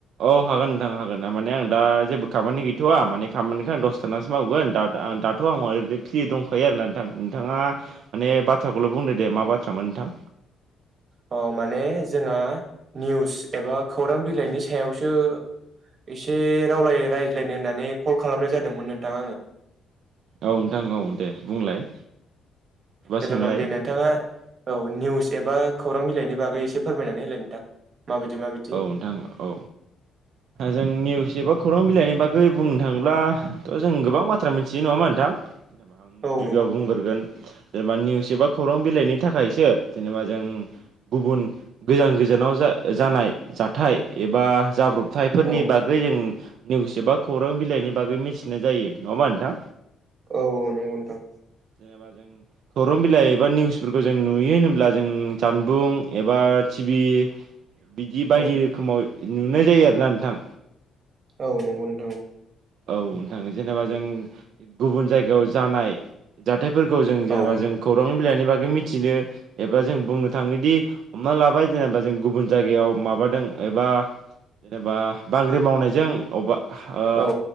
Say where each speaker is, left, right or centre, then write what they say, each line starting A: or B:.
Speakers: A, on the right; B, on the right.
A: औ हागोन नोंथां हागोनमाने आं दा जेबो खामानि गैथ'वा माने। खामानिखौ आं दसथानासो मावगोन दा। आं दाथ' आंहा ओरैनो फ्रि दंखायो आरोना नोंथां नोंथाङा माने बाथ्राखौल' बुंदो दे मा बाथ्रामोन नोंथां। <unintelligible>
B: अ माने जोंहा निउस एबा खौरां बिलाइनि सायावसो। एसे रावलाय रायज्लायनो होननानै कल खालामनाय जादोंमोन नोंथां आंङो।
A: औ नोंथां औ दे बुंलाय। एबा
B: जेलानो
A: सोंलाय
B: नोंथाङा औ निउस। एबा खौरां बिलाइनि बागै एसे फोरमायनानै होलाय नोंथां। माबायदि माबायदि
A: औ नोंथां औ जों निउस एबा खौरां। बिलायनाय बागै बुंनो थाङोब्लाथ' जों गोबां बाथ्रा मिथियो नङामा नोंथां। जेनेबा आं
B: औ
A: गिबियाव
B: नंगौ नोंथां
A: बुंग्रोगोन।
B: औ
A: जेनेबा निउस एबा खौरां बिलाइनि थाखायसो जेनेबा जों गुबुन गोजान गोजानाव जा। जानाय जाथाय एबा जाब्रबथायफोरनि
B: औ
A: बागै जों। निउस एबा खौरां बिलाइनि बागै मिथिनाय जायो नङामा नोंथां।
B: औ-औ नंगौ नोंथां।
A: जेनेबा जों खौरां बिलाइ एबा निउसफोरखौ जों नुयो होनोब्ला। जों जानबुं एबा टिभि बिदि बायदि
B: औ
A: रोखोमाव। नुनाय जायो आरो ना नोंथां।
B: औ नंगौ नोंथां
A: औ नोंथां जेनेबा जों गुबुन जायगायाव जानाय जा। हथायफोरखौ जों जेनेबा
B: औ
A: जों खौरां नि बागै मिथिनो एबा जों बुंनो थाङोदि हमना लाबाय जेनेबा जों गुबुन जायगायाव माबादों एबा जेनेबा बांग्रि मावनायजों अबेबा
B: औ